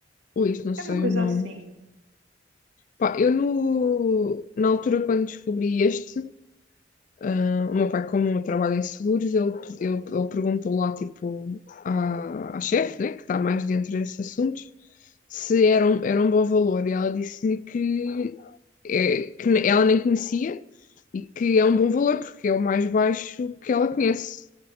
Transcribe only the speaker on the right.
é
uma coisa
assim,
sim.